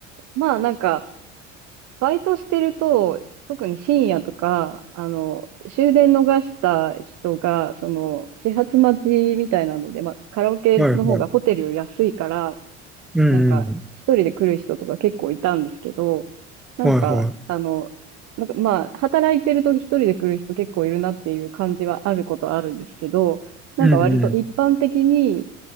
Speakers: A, on the right (about 45°); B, in the centre.
A: まあなんか、バイトしてると、特に深夜とか、あの、終電逃した人が、その、始発待ちみたいなので、まあカラオケの方がホテルより安いから、
B: い。はいはい。うんうん。
A: なんか、一人で来る人とか結構いたんですけど、なんか、
B: はいはい。
A: あの、なんかまあ、働いてると一人で来る人結構いるなっていう感じはあることはあるんですけど、なんか割と一般的に
B: うん